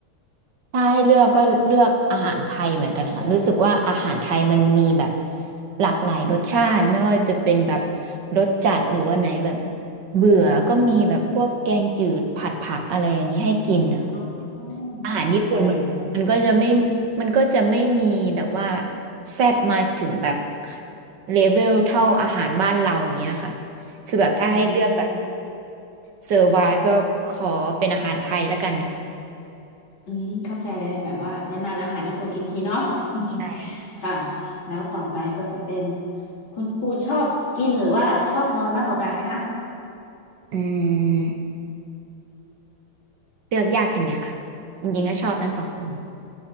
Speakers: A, on the right; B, on the left.
A: ถ้าให้เลือกก็เลือกอาหารไทยเหมือนกันค่ะรู้สึกว่าอาหารไทยมันมีแบบหลากหลายรสชาติไม่ว่าจะเป็นแบบรสจัดหรือว่าไหนแบบ
B: อืม
A: เบื่อก็มีแบบพวกแกงจืดผัดผักอะไรอย่างนี้ให้กินนะคะ
B: อ๋อ
A: อาหารญี่ปุ่นมันมันก็จะไม่
B: เข้าใจเลย
A: มันก็จะไม่มีแบบว่าแซ่บมาถึงแบบเลเวลเท่าอาหารบ้านเราอย่างเงี้ยค่ะคือแบบถ้าให้เลือกแบบ
B: อืม
A: เซอร์ไวฟ์ก็ขอเป็นอาหารไทยละกันค่ะ
B: อืมเข้าใจเลยแบบว่านานๆอาหารญี่ปุ่นกินทีเนาะ
A: ใช่
B: <laughs> ค่ะแล้วต่อไปก็จะเป็นคุณปูนชอบกินหรือว่าชอบนอนมากกว่ากันไหมคะ
A: อืมเลือกยากจังเลยค่ะจริงๆก็ชอบทั้งสองคน